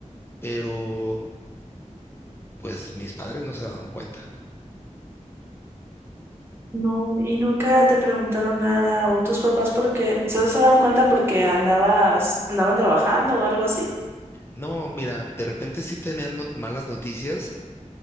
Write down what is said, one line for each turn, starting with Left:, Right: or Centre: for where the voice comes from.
Left: pero pues mis padres no se daban cuenta.
Right: No, y nunca te preguntaron nada o tus papás porque se se daban cuenta porque andabas, andaban trabajando o algo así.
Left: No, mira, de repente sí tenían no- malas noticias.